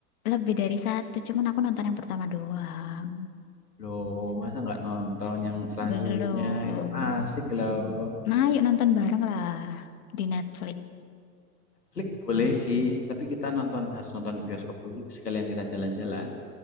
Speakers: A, on the left; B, on the left.
A: Lebih dari satu, cuman aku nonton yang pertama doang.
B: Loh, masa nggak nonton yang selanjutnya?
A: Belum.
B: Itu asik loh.
A: Nah, yuk nonton bareng lah di Netflix.
B: Netflix boleh sih, tapi kita nonton harus nonton di bioskop dulu sekalian kita jalan-jalan.